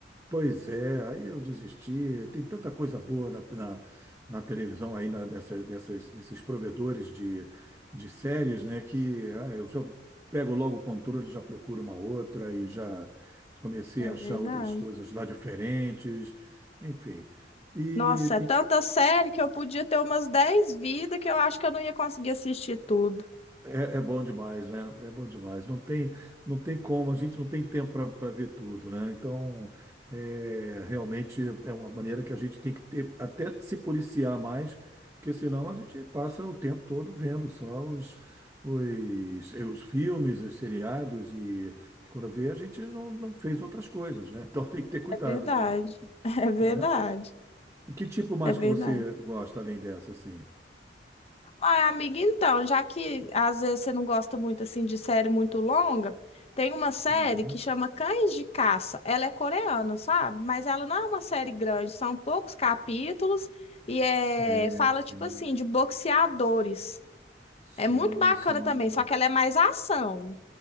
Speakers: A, on the right; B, on the left.
A: Pois é, aí eu desisti. Tem tanta coisa boa na, na, na televisão aí, na- nessa- nessas- nesses provedores de, de séries, né? Que ah, eu já pego logo o controle, já procuro uma outra e já comecei
B: É
A: a achar
B: verdade.
A: outras coisas lá diferentes, enfim. E,
B: Nossa, é tanta série que eu podia ter umas 10 vidas que eu acho que eu não ia conseguir assistir tudo.
A: É, é bom demais, né? É bom demais. Não tem, não tem como, a gente não tem tempo para ver tudo, né? Então, é, realmente é uma maneira que a gente tem que ter, até se policiar mais, porque senão a gente passa o tempo todo vendo só os, os, os filmes, os seriados, e quando vê, a gente não, não fez outras coisas, né? Então tem que ter cuidado
B: É verdade.
A: mesmo,
B: <laughs> É verdade.
A: né? E que tipo mais
B: É verdade.
A: que você gosta além dessa, assim?
B: Ai, amiga, então, já que às vezes você não gosta muito assim de série muito longa, tem uma série
A: Uhum.
B: que chama Cães de Caça. Ela é coreana, sabe? Mas ela não é uma série grande, são poucos capítulos e é,
A: Sim,
B: fala
A: sim,
B: tipo assim de boxeadores.
A: sim,
B: É muito bacana
A: sim.
B: também, só que ela é mais ação.